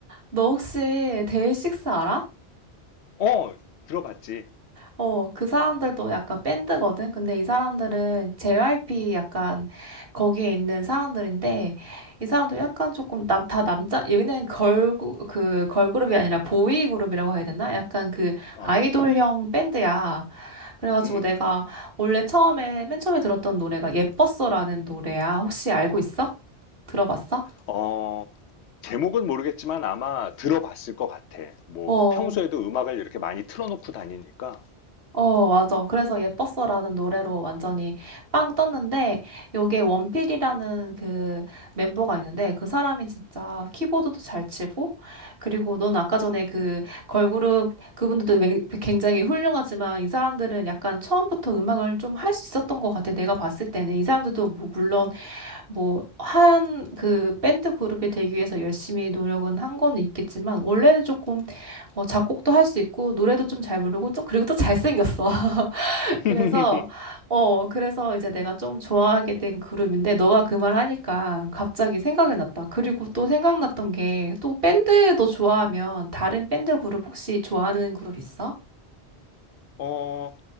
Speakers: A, on the right; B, on the left.
A: 너 혹시 데이식스 알아?
B: 어 들어봤지.
A: 어, 그 사람들도 약간 밴드거든? 근데 이 사람들은 JYP 약간 거기에 있는 사람들인데, 이 사람도 약간 조금 남, 다 남자, 여기는 걸, 그, 걸그룹이 아니라 보이 그룹이라고 해야 되나? 약간 그
B: 어
A: 아이돌형 밴드야. 그래가지고
B: 음.
A: 내가 원래 처음에, 맨 처음에 들었던 노래가 예뻤어라는 노래야. 혹시 알고 있어? 들어봤어?
B: 어 제목은 모르겠지만 아마 들어봤을 것 같아. 뭐
A: 어.
B: 평소에도 음악을 이렇게 많이 틀어놓고 다니니까.
A: 어, 맞아. 그래서 예뻤어라는 노래로 완전히 빵 떴는데, 여기에 원필이라는 그 멤버가 있는데, 그 사람이 진짜 키보드도 잘 치고, 그리고 넌 아까 전에 그 걸그룹, 그분들도 맹- 굉장히 훌륭하지만, 이 사람들은 약간 처음부터 음악을 좀 할 수 있었던 것 같아. 내가 봤을 때는. 이 사람들도 뭐 물론, 뭐, 한 그 밴드 그룹이 되기 위해서 열심히 노력은 한 건 있겠지만, 원래는 조금 어, 작곡도 할 수 있고 노래도 좀 잘 부르고 좀 그리고 또 잘생겼어. 그래서
B: <laughs>
A: 어 그래서 이제 내가 좀 좋아하게 된 그룹인데 너가 그 말 하니까 갑자기 생각이 났다. 그리고 또 생각났던 게 또 밴드도 좋아하면 다른 밴드 그룹 혹시 좋아하는 그룹 있어?
B: 어,